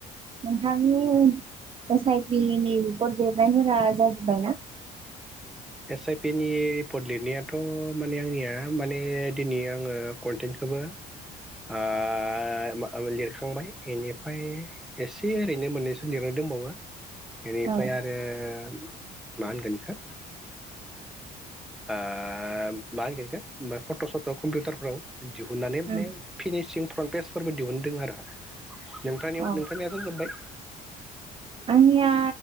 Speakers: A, on the right; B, in the centre.
A: नोंथांनियाव एस आइ प नि रिपर्ट देरनाय हा जाजोबबाय ना?
B: एस आइ पि नि रिपर्ट लिरनायाथ' माने आंनिया माने दिनै आङो कन्टेन्टखौबो आ ओ लिरखांबाय बेनिफ्राय एसे ओरैनो मोननैसो लिरनो दंबावो। बेनिफ्राय
A: औ
B: आरो मा होनगोन बिखौ ओ मा होनगोन बिखौ फट' सट' कम्पिउटारफोराव दिहुननानै माने
A: उम
B: फिनिसिं फन पेसफोरबो दिहुनदों आरो नोंथांनियाव
A: औ
B: नोंथांनियाथ' जोब्बाय?
A: आंनिया